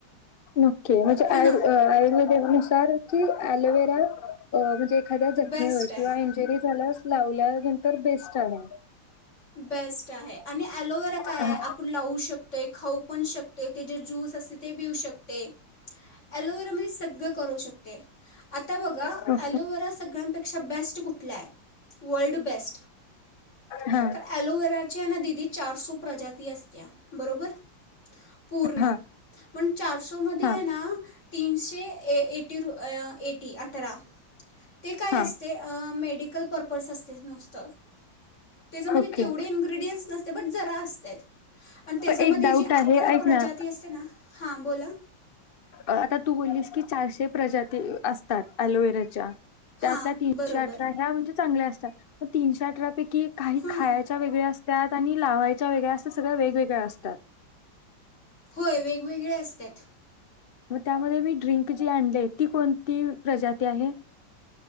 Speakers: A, on the left; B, on the left.
A: ओके. म्हणजे
B: हे
A: आयुर
B: ना
A: आयुर्वेदानुसार की ॲलोवेरा म्हणजे एखाद्या जखमेवर
B: बेस्ट आहे
A: किंवा इंज्युअरी झाल्यास लावल्यानंतर बेस्ट होणार.
B: बेस् स्ट हाय आणि ॲलोवेरा काय
A: हा
B: आहे? आपण लावू शक ते खाऊ पण शकते. ते जे ज्यूस असते ते पिऊ शकते, ॲलोवेरा मधे सगळं करू शकते. आता बघा,
A: हा
B: ॲलोवेरा सगळ्यांपेक्षा बेस्ट कुठला हाय? वर्ल्ड बेस्ट
A: हा
B: तर ॲलोवेराचे हायना दिदी चारसो प्रजाती असतीया बरोबर पूर्ण
A: हा
B: <inaudible> पण चारसो मधे
A: हा
B: हायना तीनशे ए एटी रु अ एटी अकरा ते काय
A: हा
B: असते? अ मे मेडिकल पर्पज असते नुसतं. त्याच्यामध्ये
A: ओके
B: तेवढे इनग्रियंट्स नस बट जरा असतय <unintelligible> आणि त्याच्यामध्ये
A: पण एक डाऊट
B: जी अकरा
A: आहे ऐक
B: प्रजाती
A: ना
B: असते ना'--' हा बोला
A: आता <inaudible> तू बोललीस की चारशे प्रजाती असतात ॲलोवेराच्या त्यातला
B: हां
A: तीनशे
B: बरोबर
A: अठरा ह्या <unintelligible> चांगले असतात. पण तीनशे अठरा--'--' की.. काही
B: हां
A: खायाच्या वेगळ्या अस त्यात आणि लावायच्या वेगळ्या. असं सगळं वेगवेगळ्या असतात.
B: होय.. वेगवेगळे असत्यात.
A: म त्यामध्ये मी ड्रिंक जी आणले. ती कोणती- प्रजाती आहे.